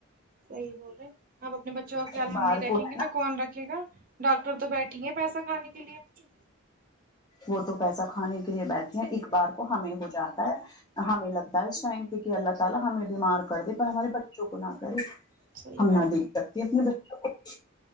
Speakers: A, on the right (about 40°); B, on the left (about 20°).
A: صحیح بول رہے آپ اپنے بچوں کا خیال
B: ایک بار
A: ہم نہیں
B: کو
A: رکھیں
B: ہے
A: گے
B: نا
A: تو کون رکھے گا ڈاکٹر تو بیٹھے پیسہ کھان کے لیے
B: وہ تو پیسہ کھانے کے لیے بیٹھے ہیں ایک بار کو ہمیں ہو جا ہے ہمیں لگتا ہے اس ٹائم پہ کہ اللہ سے الا ہمیں بیمار کر دے پر ہمارے بچوں کو نہ کرے
A: صحی
B: ہم
A: بات
B: نہ دیکھ
A: ہے
B: سکتے اپنے بچوں کو